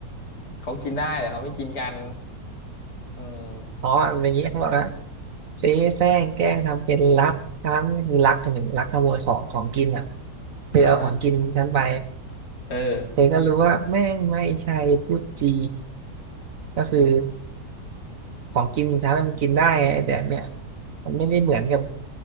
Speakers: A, on the left; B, on the right.
A: เขากินได้แต่เขาไม่กินกันอืม
B: อ๋อมันเป็นอย่างนี้เขาบอกว่า เจ๊แซงแกล้งทำเป็นรักช้าคือรักจนถึงรักขโมยของของกินอ่ะเธอเอาของกินฉันไป
A: อ่าเออ
B: เธอก็รู้ว่าแม่งไม่ใช่พูดจีก็คือ
A: อืม
B: ของกินฉันน่ะมันกินได้ไงไอ้แต่เนี่ยมันไม่ได้เหมือนกับ